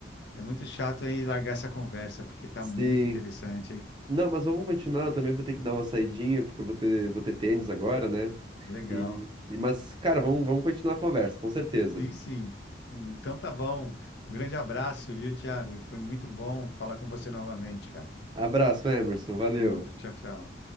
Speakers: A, on the left (about 65°); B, on the right (about 25°).
A: é muito chato aí largar essa conversa, porque tá
B: Sim.
A: muito interessante, hein?
B: Não, mas vamos continuar. Eu também vou ter que dar uma saidinha, porque eu vou ter, vou ter tênis agora, né?
A: Legal.
B: E, e- mas, cara, vamos, vamos continuar a conversa, com certeza.
A: Sim, sim. Então tá bom. Um grande abraço, viu, Thiago? Foi muito bom falar com você novamente, cara.
B: Abraço, Emerson. Valeu.
A: Outro, tchau, tchau.